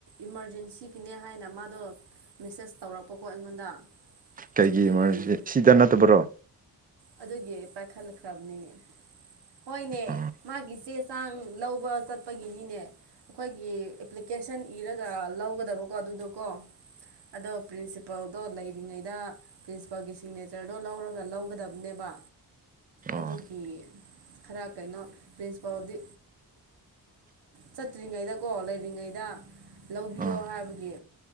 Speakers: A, on the right (about 80°); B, on the right (about 20°).
A: ꯏꯃꯥꯔꯖꯦꯟꯁꯤꯒꯤꯅꯦ ꯍꯥꯏꯅ ꯃꯥꯗꯣ ꯃꯦꯁꯦꯁ ꯇꯧꯔꯛꯄꯀꯣ ꯑꯩꯉꯣꯟꯗ
B: ꯀꯩꯒꯤ
A: ꯑꯗꯨꯒꯤ
B: ꯏ ꯃꯔ ꯁꯤꯗ ꯅꯠꯇꯕ꯭ꯔꯣ
A: ꯑꯗꯨꯒꯤ ꯄꯥꯏꯈꯠꯂꯛꯈ꯭ꯔꯕꯅꯤꯅꯦ ꯍꯣꯏꯅꯦ
B: ꯑꯥ
A: ꯃꯥꯒꯤꯁꯦ ꯆꯥꯡ ꯂꯧꯕ ꯆꯠꯄꯒꯤꯅꯤꯅꯦ ꯑꯩꯈꯣꯏꯒꯤ ꯑꯦꯄ꯭ꯂꯤꯀꯦꯁꯟ ꯏꯔꯒ ꯂꯧꯒꯗꯕꯀꯣ ꯑꯗꯨꯗꯨ ꯀꯣ ꯑꯣꯁꯤ ꯑꯣ ꯂꯩꯔꯤꯉꯩꯗ ꯄ꯭ꯔꯤꯟꯁꯤꯄꯥꯜꯒꯤ ꯁꯤꯒꯅꯦꯆꯔꯗꯣ ꯂꯧꯔꯒ ꯂꯧꯒꯗꯕꯅꯦꯕ
B: ꯑꯥ
A: ꯑꯗꯨꯒꯤ ꯈꯔ ꯀꯩꯅꯣ ꯄ꯭ꯔꯤꯟꯁꯤꯄꯥꯜꯗꯤ ꯆꯠꯇ꯭ꯔꯤꯉꯩꯗꯀꯣ ꯂꯩꯔꯤꯉꯩꯗ ꯂꯧꯕꯤꯌꯣ
B: ꯑꯥ ꯑꯥ
A: ꯍꯥꯏꯕꯒꯤ